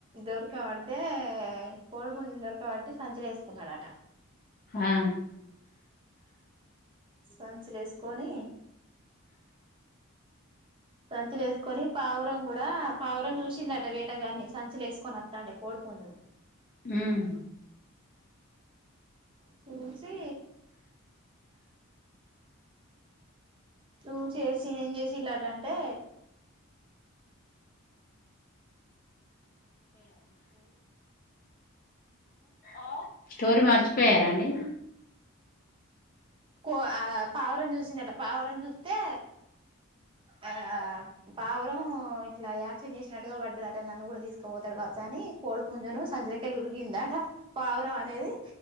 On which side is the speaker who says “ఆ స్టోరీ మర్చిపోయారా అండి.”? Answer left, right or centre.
Left